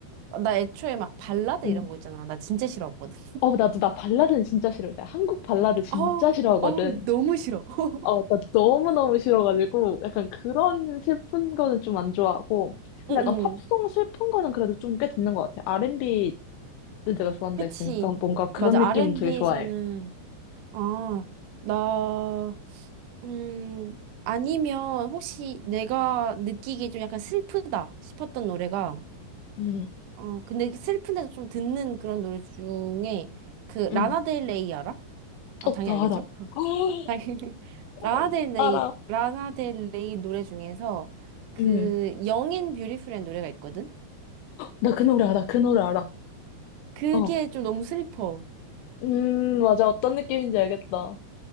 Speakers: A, on the right; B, on the left.
A: 나 애초에 막 발라드
B: 응.
A: 이런 거 있잖아. 나 진짜 싫어하거든.
B: 어, 나도, 나 발라드는 진짜 싫어. 나 한국 발라드 진짜
A: 어우,
B: 싫어하거든.
A: 어우, 너무 싫어. <laughs>
B: 어, 나 너무너무 싫어가지고, 약간 그런 슬픈 거는 좀 안 좋아하고, 근데
A: 응응.
B: 약간 팝송 슬픈 거는 그래도 좀 꽤 듣는 것 같아. R&B는 내가 좋아한다
A: 그치.
B: 했으니까 뭔가 그런
A: 맞아.
B: 느낌은
A: R&B에서는
B: 되게 좋아해.
A: 아, 나 음, 아니면 혹시 내가 느끼기에 좀 약간 슬프다 싶었던 노래가,
B: 응,
A: 어, 근데 그 슬픈데도 좀 듣는 그런 노래 중에 그
B: 응.
A: 라나델레이 알아? 아,
B: 어,
A: 당연히
B: 나
A: 알겠죠?
B: 알아.
A: <laughs>
B: <gasps>
A: 당연히.
B: 어,
A: 라나델레이,
B: 알아.
A: 라나델레이 노래 중에서 그
B: 응.
A: Young and Beautiful이라는 노래가 있거든?
B: 나 그 노래 알아. 그 노래 알아.
A: 그게
B: 어.
A: 좀 너무 슬퍼.
B: 음, 맞아. 어떤 느낌인지 알겠다.